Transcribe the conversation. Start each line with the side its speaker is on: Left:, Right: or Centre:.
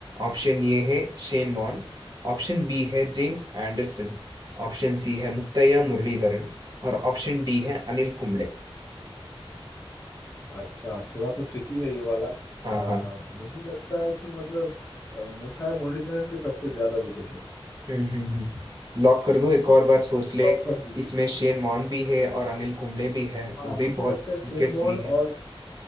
Right: ऑप्शन ए है शेन वॉन ऑप्शन बी है जेम्स एंडरसन ऑप्शन सी है मुत्तैया मुरलीधरन और ऑप्शन डी है अनिल कुंबले
Left: अच्छा थोड़ा तो ट्रिकी है ये वाला
Right: हाँ
Left: अ,
Right: हाँ
Left: मुझे लगता है कि मतलब अ, मुथाय मुरलीधरन के सबसे ज्यादा विकेट है
Right: हम्म हम्म हम्म लॉक कर दो एक और बार सोच ले
Left: लॉक कर दीजिए
Right: इसमें शेन वॉन भी है और अनिल कुंबले भी है
Left: हाँ
Right: वो भी
Left: मुझे
Right: बहुत
Left: लगता है शेन
Right: विकेट्स
Left: वॉर्न
Right: ली है
Left: और